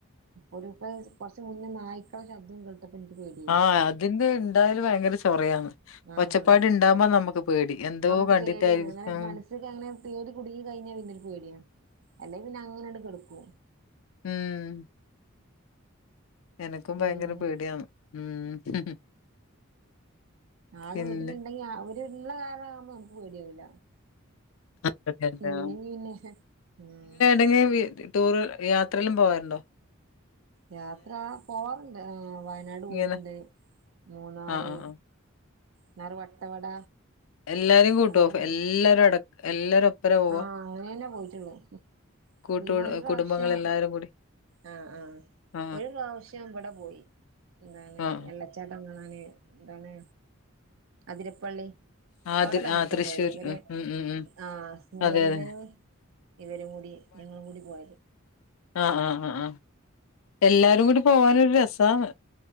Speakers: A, on the right; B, on the left.
A: അപ്പൊ ഒരൂസ കൊറച്ച് മുന്നേ നായ്ക്കളെ ശബ്ദം കേട്ടപ്പം ഇൻക്ക്‌ പേടി.
B: ആഹ്. അതിന്റെ ഇണ്ടായാല് ഭയങ്കര ചൊറയാണ്.
A: ആഹ്
B: ഒച്ചപ്പാട് ഇണ്ടാകുമ്പാ നമ്മക്ക്‌ പേടി.
A: നമുക്ക്
B: കണ്ടിട്ടായിരിക്കും.
A: പേടിയാണ്. അങ്ങനെ മനസ്സ് ക്കങ്ങനെ പേടി കുടുങ്ങി കഴിഞ്ഞാ പിന്നൊരു പേടിയാ. അല്ലെ പിന്നങ്ങനാണ്ട് കെട്ക്കും.
B: ഉം എനക്കും
A: പിന്നെ
B: ഭയങ്കര പേടിയാന്ന്. ഉം.
A: ആള്
B: പിന്നെ
A: വീട്ടില്ണ്ടെങ്കി. അവര്ള്ള കാരണാകുമ്പോ നമക്ക്‌ പേടിയാവൂല.
B: അതെ അതെ
A: ഇല്ലെങ്കി
B: ആ.
A: പിന്നെ. ആഹ്
B: <unintelligible> ടൂറ് യാത്രയെല്ലാം പോവാറ്ണ്ടോ?
A: യാത്ര പോവാറ്ണ്ട് ആഹ് വയനാട്
B: ഇങ്ങനെ
A: പോയിട്ട്ണ്ട്. മൂന്നാറ്.
B: ആ, ആ, ആ.
A: ന്നാർ വട്ടവട.
B: എല്ലാരിം കൂട്ട്വോ?
A: അവിടൊക്കെ പോയി
B: എല്ലാരും അട എല്ലാരും ഒ പ്പരാ പോവാ?
A: ആഹ് അങ്ങനെന്നെ പോയിട്ടുള്ളു
B: കൂട്ടു
A: പിന്നെ ഒരു പ്രാവശ്യം
B: കുടുംമ്പങ്ങളെല്ലാരും കൂടി.
A: ആഹ് ആഹ്.
B: ആ,
A: ഒരു പ്രാവശ്യം ഇവടെ പോയി. എന്താണ്
B: ആ, ആ.
A: വെള്ള ച്ചാട്ടം കാണാന് എന്താണ് അതിരപ്പള്ളി.
B: ആ
A: അവിടെ
B: അത്
A: തനിച്ചാ
B: ആ തൃശ്ശൂർ.
A: പോയത്. ഇവരെ
B: ഉം, ഉം, ഉം, ഉം.
A: ആഹ് സ്നേഹിതനും
B: അതെ, അതെ.
A: ഇവരും കൂടി ഞങ്ങളും കൂടി പോയത്.
B: ആഹ് ആഹ് ആഹ്. എല്ലാരും കൂടി പോവാനൊരു രസാണ്.